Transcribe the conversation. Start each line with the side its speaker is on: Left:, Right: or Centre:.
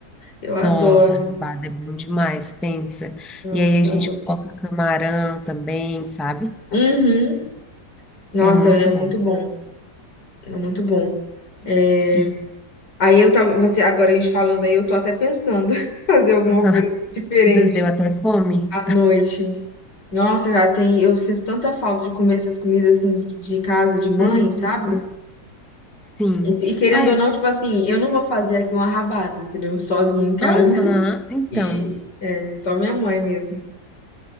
Left: Eu adoro.
Centre: Nossa, rabada é bom demais, pensa.
Left: Nossa,
Centre: E aí a gente
Left: eu adoro.
Centre: coloca camarão também, sabe?
Left: Uhum. Nossa,
Centre: É muito
Left: é muito
Centre: bom.
Left: bom. É muito bom. É,
Centre: E,
Left: Aí eu tava, você, agora a gente falando aí, eu tô até pensando <laughs> fazer alguma
Centre: ah,
Left: coisa diferente
Centre: meu Deus, deu até fome.
Left: à noite. Nossa, cara, tem, eu sinto tanta falta de comer essas comidas assim de casa, de mãe,
Centre: Uhum,
Left: sabe?
Centre: sim.
Left: E, se- e querendo
Centre: Ah,
Left: ou
Centre: é...
Left: não, tipo assim, eu não vou fazer aqui uma rabada, entendeu? Sozinha em casa.
Centre: Aham,
Left: <laughs>
Centre: então.
Left: E é, só minha mãe mesmo.